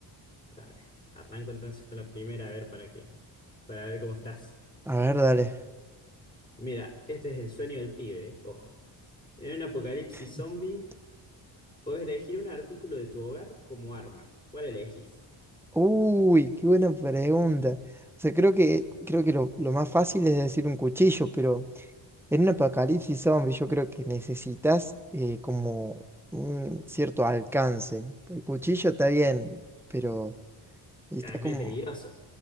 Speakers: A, on the left (about 20°); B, in the centre.
A: Dale, arranco entonces con la primera, a ver para qué, para ver cómo estás.
B: A ver, dale.
A: Mira, este es el sueño del pibe, eh, Ojo. En un apocalipsis
B: <laughs>
A: zombie, podés elegir un artículo de tu hogar como arma. ¿Cuál elegís?
B: Uy, qué buena pregunta. O sea, creo que, creo que lo, lo más fácil es decir un cuchillo, pero en un apocalipsis zombie yo creo que necesitas eh, como un cierto alcance. El cuchillo está bien, pero estás
A: Ah, es medio
B: como...
A: peligroso.